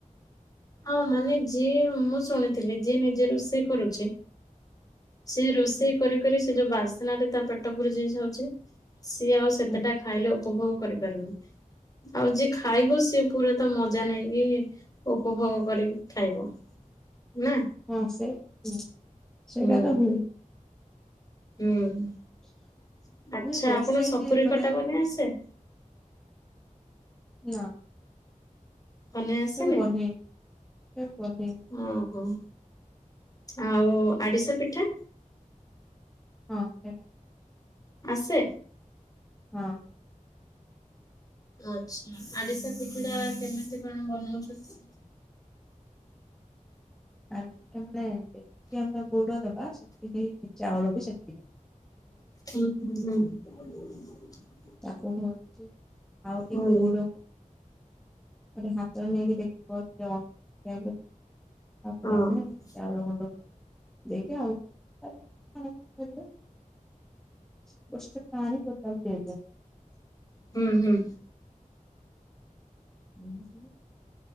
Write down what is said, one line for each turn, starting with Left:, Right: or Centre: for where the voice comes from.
Left: ହଁ! ମାନେ ଯିଏ ମୁଁ ଶୁଣିଥିଲି, ଯିଏ ନିଜେ ରୋଷେଇ କରୁ ସେ, ରୋଷେଇ
Centre: ହୁଁ
Left: କରି କରି ସେ ଯଉ ବାସ୍ନାରେ ତା' ପେଟ ପୁରି---ଯାଉଚି। ସିଏ ଆଉ ସେତେଟା
Centre: ହୁଁ
Left: ଖାଇଲେ ଉପଭୋଗ କରିପାରୁନି। ଆଉ ଯିଏ ଖାଇବ ସିଏ ପୁରା ତ ମଜା ନେଇକି ଉପଭୋଗ କରିକି ଖାଇବ ନା?
Centre: ହଁ ସେ ହୁଁ ସେଇଟା
Left: ହୁଁ
Centre: ତ ହୁଏ।
Left: ହୁଁ ଆଚ୍ଛା
Centre: ନା ରୋଷେଇ
Left: ଆପଣଙ୍କୁ ସପୁରୀ
Centre: ଘରେ
Left: ଖଟା ବନେଇ ଆସେ?
Centre: ନା।
Left: ବନେଇ ଆସେନି?
Centre: କେବେ ବନେଇନି କେବେ ବନେଇନି।
Left: ଓହୋ ଆଉ ଆଡିଶା ପିଠା?
Centre: ହଁ ସେଇଟା
Left: ଆସେ?
Centre: ହଁ।
Left: ଆଚ୍ଛା ଆଡିଶା ପିଠାଟା କେମିତି କଣ ବନଉଛନ୍ତି?
Centre: ଆ <unintelligible> ପିଠା ମାନେ ଯେତିକି ଆମର ଗୁଡ ଦବା ସେତିକି ଚାଉଳ ବି ସେତିକି ଦବା‌।
Left: ହୁଁ ହୁଁ ହୁଁ।
Centre: ତାକୁ କୁହନ୍ତି ଆଉ ଟିକେ
Left: ହଁ
Centre: ଗୁଡ ଗୋଟେ ହାତରେ ନେଇକି ଦେଖିବ ସେ ଅ ସେଇଆକୁ। ତାପରେ
Left: ହଁ।
Centre: ଆମେ ଚାଉଳ ଗୁଣ୍ଡକୁ ଦେଇକି ଆଉ <inaudible> କରିବା। <unintelligible> ପାଣି ଟୋଟାଲ୍ ଦିଆଯାଏ।
Left: ହୁଁ ହୁଁ।
Centre: ହୁଁ ହୁଁଁ।